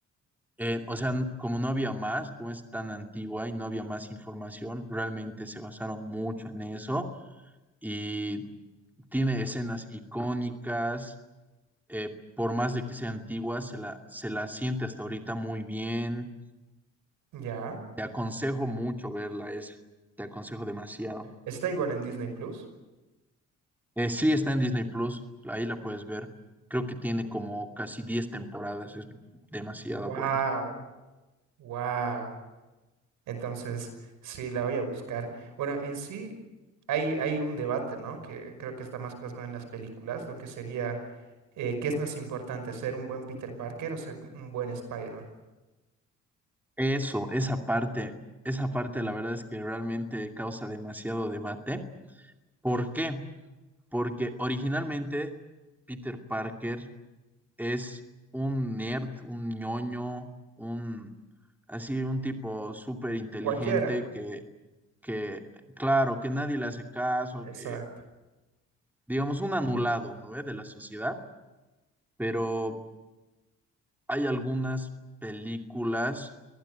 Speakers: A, in the centre; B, on the right (about 90°).
A: Eh, o sea, n- como no había más, como es tan antigua y no había más información, realmente se basaron mucho en eso y tiene escenas icónicas, eh, por más de que sea antigua, se la, se la siente hasta ahorita muy bien.
B: Ya.
A: Te aconsejo mucho verla esa, te aconsejo demasiado.
B: Está igual en Disney Plus.
A: Eh, sí, está en Disney Plus, ahí la puedes ver. Creo que tiene como casi 10 temporadas, es demasiado
B: Wow,
A: buena.
B: wow. Entonces, sí, la voy a buscar. Bueno, en sí hay, hay un debate, ¿no? Que creo que está más plasmado en las películas, lo que sería Eh, ¿qué es más importante, ser un buen Peter Parker o ser un buen Spider-Man?
A: Eso, esa parte, esa parte la verdad es que realmente causa demasiado debate. ¿Por qué? Porque originalmente Peter Parker es un nerd, un ñoño, un así un tipo súper inteligente
B: Cualquiera.
A: que, que, claro, que nadie le hace caso,
B: Exacto,
A: que digamos un anulado, ¿no? ¿Eh? De la sociedad, pero hay algunas películas